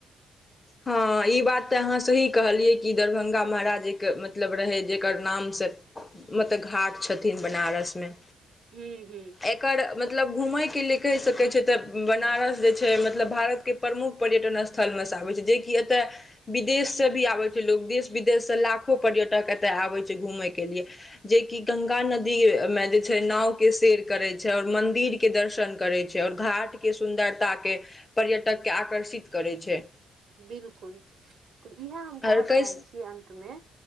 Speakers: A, on the left (about 20°); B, on the right (about 60°).
A: हँ ई बात तऽ, अहाँ सही कहलियै। ई दरभंगा महाराजीक के मतलब रहै जकर नाम सँ मतलब घाट छथिन बनारस मे।
B: ह्म्म ह्म्म।
A: एकर मतलब घुमै के ले कैह सकै छै तऽ बनारस जै छै। मतलब भारत के प्रमुख पर्यटन स्थल मे से आबै छै, जे कि एते विदेश से भी आबै छै। लोग देश विदेश से लाखो पर्यटक एतय आबै छै घूमय के लिए। जे कि गंगा नदी मे जे छै नाव के सेेर करै छै और मंदिर के दर्शन करै छै और घाट के सुन्दरता के, पर्यटक के आकर्षित करै छै।
B: बिलकुल। तऽ इएह हम कहऽ
A: आओर कहि
B: चाहै छी अंत मे